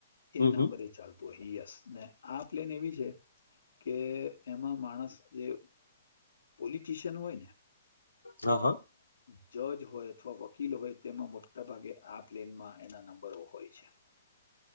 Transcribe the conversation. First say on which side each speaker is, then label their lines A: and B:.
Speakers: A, on the left; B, on the left.
A: હમ,
B: એના
A: હમ.
B: પર ચાલતું હ યસ ને આ પ્લેન એવી છે કે એમાં માણસ જે પોલિટીશિયન હોય ને
A: અ હ.
B: જજ હોય અથવા વકીલ હોય તેમાં મોટા ભાગે આ પ્લેનમાં એના નંબરો હોય છે.
A: <inaudible>